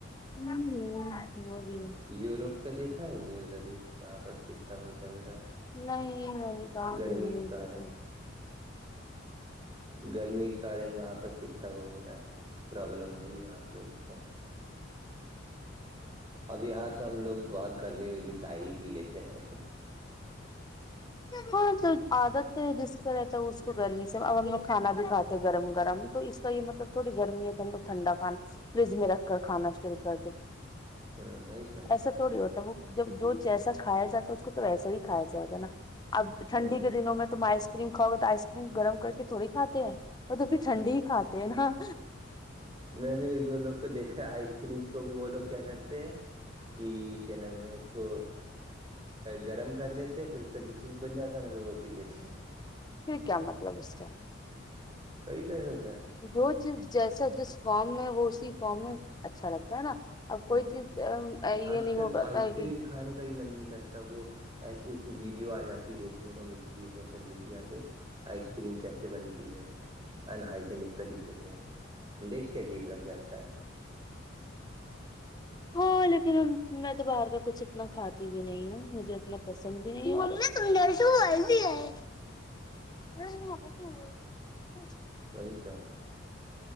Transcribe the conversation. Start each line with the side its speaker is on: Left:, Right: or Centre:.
Left: ہ ہووگی
Right: یوروپ کا دیکھا ہے نیوز ابھی وہاں بس کتنا وہ چل رہا ہے
Left: نہیں میں نہیں کہا
Right: گرمی
Left: تو
Right: کے کارن گرمی کے کارن وہاں پرس کتنا وہ ہو رہا ہے پرابلم ہو رہی ہے وہاں لوگوں کو اب یہاں تو ہم لوگ بہت گرمی میں بھی چائے ہی پی لیتے ہیں
Left: ہاں تو عادت ہے جس کا رہتا ہے اس کو گرمی سے اب ہم لوگ کھانا بھی کھاتے گرم گرم تو اس کا یہ مطلب تھوڑی گرمی ہے تو ہم لوگ ٹھنڈا کھانا فریج میں رکھ کر کھانا شرو کرتے
Right: ہوں آتا
Left: ایسا تھوڑی ہوتا ہے وہ جب جو جیسا کایا جاتا ہے اس کو تو ویسا ہی کھایا جائے گا نا اب ٹھنڈی
Right: ہوں
Left: کے دنوں میں تم آئس کریم کاؤ گے تو آئس کریم گرم کر کے تھوڑی کھاتے ہیں وہ توببھر ٹھنڈی ہی کھاتے ہیں نا
Right: میں نے ایک دو لوگ کو دیکھا آئس کریم کو بھی وہ لوگ کیا کرتے ہیں کہ کیا نام ہے اس کو گرم کر لیتے پھر اس کا جو سوپ بن جاتا ہے نا پھر وہ پی لیتے
Left: پھر کیا مطلب اس کا
Right: وئی چسوچا
Left: جو چیز جیسا جس فارم میں ہو اسی فارم میں اچھا لگتا ہے نا اب کوئی
Right: ہوں
Left: چیز
Right: ہ
Left: یہ
Right: آج
Left: نہیں
Right: کل
Left: ہو
Right: تو
Left: پاتا
Right: آئس
Left: بھی
Right: کریم کھانے کا بھی من نہیں کرتا تب وہ ایسی ایسی ویڈیو آ جاتی ہے دیکھنے کو ملتی ہے سوشل میڈیا پہ آئس کریم کیسے بنتی ہے ان ہائجینک طریقے سے دیکھ کے عجیب لگ جاتا ہے
Left: ہاں لیکن ہم میں تو باہر کا کچھ اتنا کھاتی بھی نہیں ہ مجھے اتنا پسند بھی نہیں ہے تہ ش والل بھی ہے
Right: ہاں
Left: ہ
Right: بہ تھا